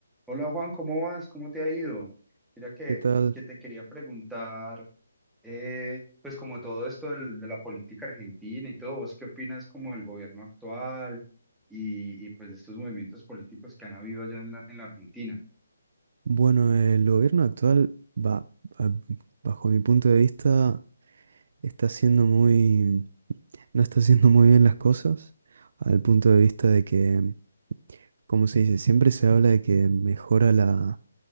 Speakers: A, in the centre; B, on the right.
A: Hola Juan, ¿cómo vas? ¿Cómo te ha ido? Mira que,
B: ¿Qué tal?
A: que te quería preguntar, eh, pues como todo esto del- de la política argentina y todo, ¿vos qué opinas como del gobierno actual y, y, pues de estos movimientos políticos que han habido allá en la, en la Argentina?
B: Bueno, el gobierno actual va, a- bajo mi punto de vista, está haciendo muy, no está haciendo muy bien las cosas, al punto de vista de que, como se dice, siempre se habla de que mejora la,